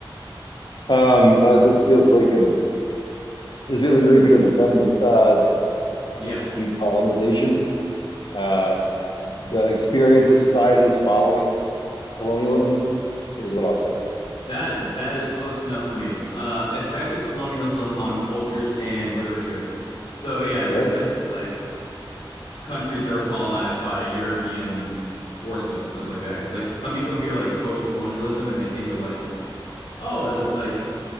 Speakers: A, on the left (about 60°); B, on the left (about 75°).
A: Um, uh, this feels like a this feels like a repeat of the feminist uh,
B: Yeah,
A: decolonization. Uh, the experience of societies following colonialism is what I'll say.
B: that that is close enough for me. Uh, effects of colonialism on cultures and literature. So yeah, and
A: Sure.
B: specifically like countries that were colonized by European forces and stuff like that. Because like some people hear like post-colonialism and they think of like oh, is it's like